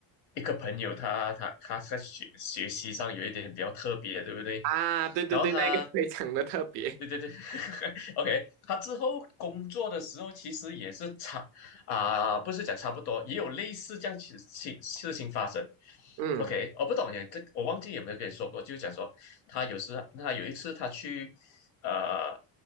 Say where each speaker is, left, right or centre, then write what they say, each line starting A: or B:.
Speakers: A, on the left; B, on the right.
A: 一个朋友他，他他在学学习上有一点比较特别，对不对？
B: 啊，对对对，
A: 然后他，
B: 那个 <laughs> 非常的特别。
A: 对对对 <laughs>，OK，他之后工作的时候其实也是差啊、不是讲差不多，也有类似这样情情事情发生。
B: <laughs> 嗯，
A: OK，我不懂耶，这我忘记有没有跟你说过，就是讲说他有时他有一次他去呃